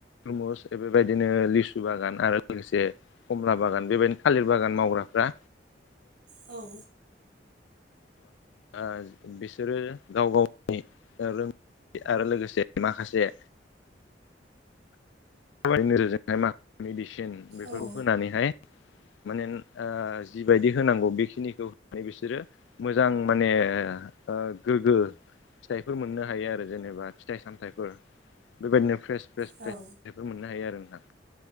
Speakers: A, on the left; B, on the right.
A: तमुस बेबायदिनो लिसु बागान आरो लोगोसे खमला बागान बेबायदिनो थालिर बागान मावग्राफ्रा
B: औ
A: ओ बिसोरो गाव गावनि रों आरो लोगोसे माखासे माब नोजोरजोंहाय मा मेडिसिन बेफोरखौ
B: औ
A: होनानैहाय। माने जिबायदि होनांगौ बेखिनिखौ होनानै बिसोरो। मोजां माने ओ गोग्गो फिथाइफोर मोननो हायो आरो जेनेबा फिथाइ सामथायाइफोर बेबायाददिनो फ्रेस फ्रेस
B: औ
A: फ्रेस बेफोर मोननो हायो आरो नोंथां